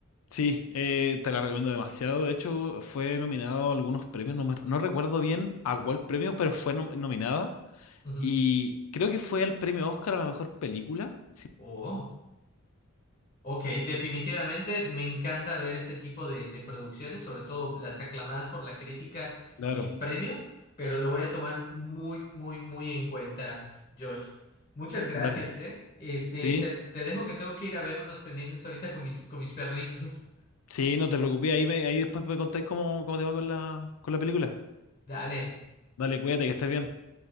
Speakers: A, on the left; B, on the left.
A: Sí, eh, te la recomiendo demasiado. De hecho, fue nominado a algunos premios, no, me- no recuerdo bien a cuál premio, pero fue nom- nominada.
B: Ujú.
A: Y creo que fue al premio Oscar a la mejor película. Sí,
B: Oh. Ok, definitivamente me encanta ver ese tipo de, de producciones, sobre todo las aclamadas por la crítica
A: claro,
B: y premios, pero lo voy a tomar muy, muy, muy en cuenta, Josh. Muchas gracias,
A: dale.
B: ¿eh? Este,
A: Sí,
B: te, te dejo que tengo que ir a ver unos pendientes ahorita con mis, con mis perritos.
A: sí, no te preocupes, ahí, me- ahí después me contáis cómo, cómo te va con la, con la película.
B: Dale.
A: Dale, cuídate, que estés bien.